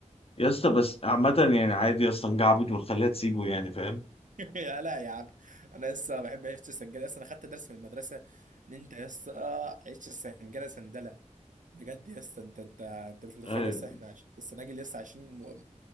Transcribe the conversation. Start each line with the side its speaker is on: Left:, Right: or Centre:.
Left: يا اسطى بس عامه يعني عادي يا اسطى نجعبد ونخليها تسيبه يعني فاهم
Right: <laughs> يا لا يا عم انا لسه بحب عيش السنجله لسه انا خدت درس من المدرسه ان انت لسه عيش السنجله سندله بجد لسه انت انت انت مش متخيل
Left: ايوه
Right: لسه احنا عايشين السناجل لسه عايشين م-